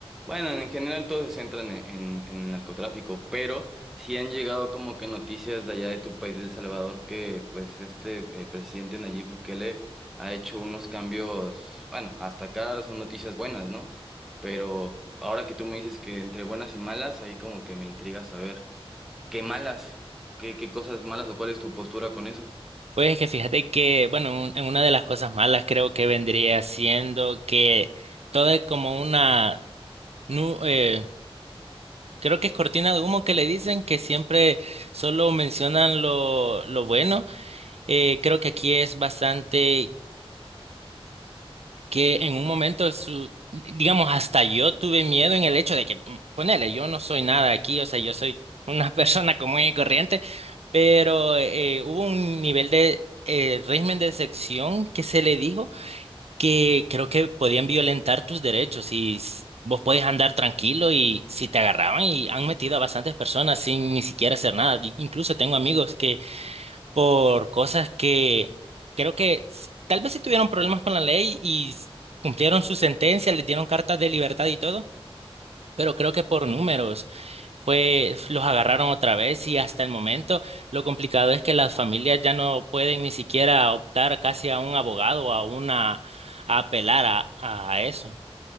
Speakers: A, in the centre; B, on the right (about 80°).
A: Bueno, en general todos se centran en, en, en el narcotráfico, pero sí han llegado como que noticias de allá de tu país, de El Salvador, que pues este eh, presidente Nayib Bukele ha hecho unos cambios, bueno, hasta acá son noticias buenas, ¿no? Pero ahora que tú me dices que entre buenas y malas, ahí como que me intriga saber qué malas, qué, qué cosas malas o cuál es tu postura con eso.
B: Pues que fíjate que, bueno, un- en una de las cosas malas creo que vendría siendo que todo es como una, nu- eh, creo que es cortina de humo que le dicen que siempre solo mencionan lo, lo bueno. Eh, creo que aquí es bastante que en un momento su, digamos, hasta yo tuve miedo en el hecho de que, mm, ponele, yo no soy nada aquí, o sea, yo soy una <laughs> persona común y corriente, pero eh, hubo un nivel de eh, régimen de sección que se le dijo que creo que podían violentar tus derechos y s- vos podés andar tranquilo y si te agarraban y han metido a bastantes personas sin ni siquiera hacer nada. Di- Incluso tengo amigos que por cosas que creo que s- tal vez sí tuvieron problemas con la ley y s- cumplieron su sentencia, les dieron cartas de libertad y todo, pero creo que por números fue, los agarraron otra vez y hasta el momento lo complicado es que las familias ya no pueden ni siquiera optar casi a un abogado, a una, a apelar a, a eso.